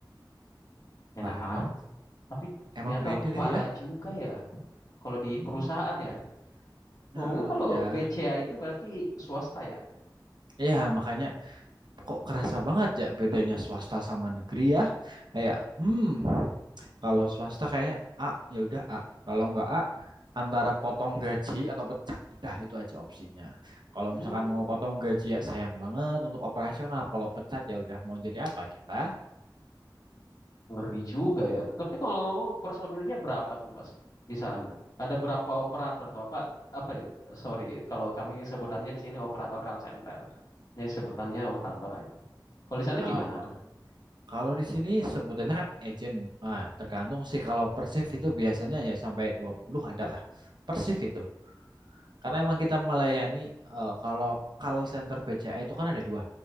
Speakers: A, on the left; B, on the right.
A: Enak
B: wah emang
A: aja. Tapi
B: emang
A: ternyata
B: beda
A: parah
B: ya
A: juga ya. Kalau di
B: hmm
A: perusahaan ya. Ngomongnya
B: Heeh,
A: kalau
B: ya
A: BCA itu berarti swasta ya.
B: ya makanya kok kerasa banget ya bedanya swasta sama negeri ya kayak hmm kalau swasta kayaknya A ya udah A kalau nggak A antara potong gaji atau pecat udah itu aja opsinya kalau
A: Hmm,
B: misalkan mau potong gaji ya sayang banget untuk operasional kalau pecat ya udah mau jadi apa kita
A: ngeri juga ya. Tapi kalau ngomong personilnya berapa tuh Mas di sana? Ada berapa operator tuh apa? Apa ya? Sorry, kalau kami sebutannya di sini operator call center. Jadi sebutannya operator aja. Kalau di sana
B: Nah,
A: gimana tuh?
B: kalau di sini sebutannya kan agent. Nah, tergantung sih kalau Persif itu biasanya ya sampai 20 adalah Persif itu. Karena emang kita melayani eh, kalau call center BCA itu kan ada dua,